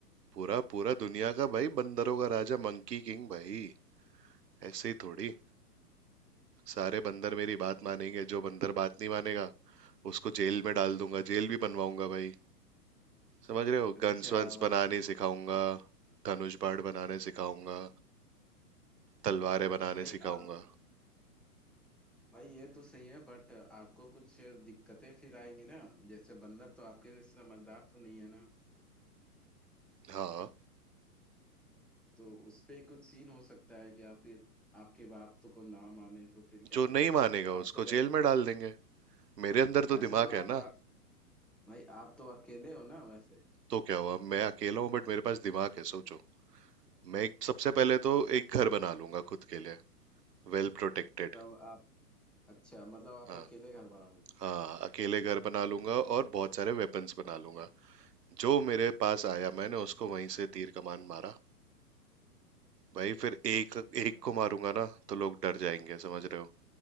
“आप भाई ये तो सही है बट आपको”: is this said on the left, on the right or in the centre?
Centre